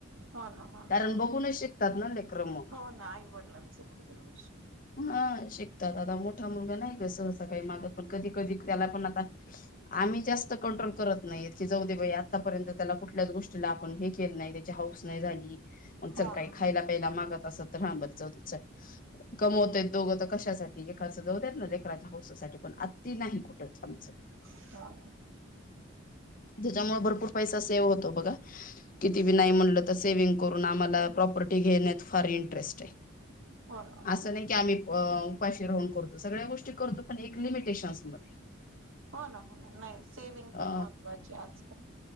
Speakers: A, on the right; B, on the left.
A: हो ना हो ना
B: कारण
A: हो
B: बघूनच
A: ना
B: शिकतात ना लेकर म
A: हो ना आई वडिलांच
B: ह हा शिकतात आता मोठा मुलगा नाही ग सहसा काही मागत. ण कधी कधी त्याला पण आता आम्ही जास्त कंट्रोल करत नाही की जाऊ दे बाई आतापर्यंत त्याला कुठल्याच गोष्टीला आपण हे केलं नाही त्याची हौऊस नाही झाली मग
A: हो
B: चल काही
A: ना
B: खायला प्यायला मागत असत तर हा बाई जाऊदे चल कमवतेत दोघं तर कशासाठी एकाचं दतेत ना एराच्या हौससाठी पण आत्ती नाही कुठंच आमचं
A: ह
B: त्याच्यामुळे भरपूर पै सेव्ह होतो ब किती नाही म्हणल तर सेंग करून आम्हा प्रॉपर्टी घेण्यात फार इंटरेस्ट आहे.
A: हो ना हो
B: असं
A: ना
B: नाही की आम्ही उपाशी राहून करतो, सगळ्या गोष्टी करतो पण एक लिमिटेशन्स मध्ये
A: हो ना हो ना नाही सेविंग
B: अ
A: पण महत्त्वाची आजकाल